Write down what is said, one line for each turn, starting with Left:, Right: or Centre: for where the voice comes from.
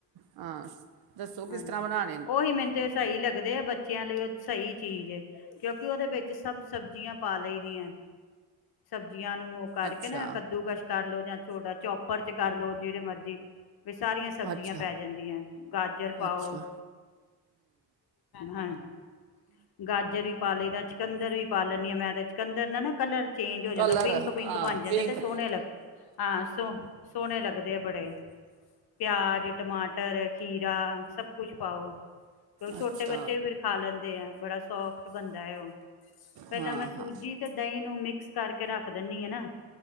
Right: ਹਾਂ ਦੱਸੋ ਕਿਸ
Left: ਹਾਂਜੀ
Right: ਤਰ੍ਹਾਂ ਬਣਾਣੇ
Left: ਉਹੀ ਮੈਨੂੰ ਤੇ ਸਹੀ ਲੱਗਦੇ ਆ ਬੱਚਿਆਂ ਲਈ ਸਹੀ ਚੀਜ਼ ਏ ਕਿਉਂਕਿ ਉਹਦੇ ਵਿੱਚ ਸਭ ਸਬਜ਼ੀਆਂ ਪਾਲ ਲਈ ਦੀ ਏ <inaudible> ਜੀਆਂ ਨੂੰ ਉਹ ਕਰਕੇ
Right: ਅੱਛਾ,
Left: ਨਾ ਕੱਦੂ ਕਸ਼ ਕਰ ਲੋੋ ਜਾਂ ਛੋਟਾ ਚੋਪਰ ਚ ਕਰਲੋ ਜਿਹੜੇ ਮਰਜ਼ੀ ਵੀ ਸਾਰੀਆਂ ਸਬਜ਼ੀਆਂ
Right: ਅੱਛਾ,
Left: ਪੈ ਜਾਂਦੀਆਂ ਗਾਜਰ ਪਾਓ
Right: ਅੱਛਾ
Left: ਹਾਂਜੀ ਗਾਜਰ ਵੀ ਪਾ ਲਈਦਾ ਚਿਕੰਦਰ ਵੀ ਪਾਲ ਲਣੀ ਆ ਮੈਂ ਤੇ ਚਿਕੰਦਰ ਨਾ ਨਾ ਕਲਰ ਚੇਂਜ ਹੋ ਜਾਂਦਾ
Right: ਕਲਰ
Left: ਪਿੰਕ ਪਿੰਕ
Right: ਹਾਂ
Left: ਬਣ ਜਾਂਦੇ
Right: ਪਿੰਕ
Left: ਤੇ ਸੋਹਣੇ ਲੱਗ ਹਾਂ ਸੋਹ ਸੋਹਣੇ ਲੱਗਦੇ ਆ ਬੜੇ ਪਿਆਜ ਟਮਾਟਰ ਖੀਰਾ ਸਭ ਕੁਛ ਪਾਓ ਕਿਉਂਕਿ ਛੋਟੇ
Right: ਅੱਛਾ
Left: ਬੱਚੇ ਵੀ ਫਿਰ ਖਾ ਲੈਂਦੇ ਆ ਬੜਾ ਸੋਫਟ ਬਣਦਾ ਹੈ ਉਹ ਪਹਿਲਾਂ
Right: ਹਾਂ,
Left: ਮੈਂ ਸੂਜੀ
Right: ਹਾਂ
Left: ਅਤੇ ਦਹੀਂ ਨੂੰ ਮਿਕਸ ਕਰਕੇ ਰੱਖ ਦਿਨੀ ਨਾ